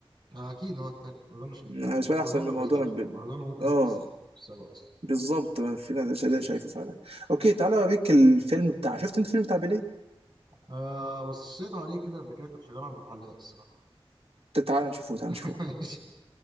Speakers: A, on the right; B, on the right.
A: آه، اكيد هو التالت ما اظنش ان في
B: أنا بالنسبة
A: مارادونا
B: لي أحسن من
A: بعيد
B: مارادونا
A: على فكرة
B: ب...
A: مارادونا ممكن
B: آه
A: يبقى السادس السابع اصلا
B: بالظبط في ناس ده شايفه فعلا أوكي تعالى أوريك الفيلم بتاع شفت أنت الفيلم بتاع بيليه
A: آه بصيت عليه كده قبل كده كان شغال عند الحلاق الصراحة
B: تعالى نشوفه تعالى
A: <laughs>
B: نشوفه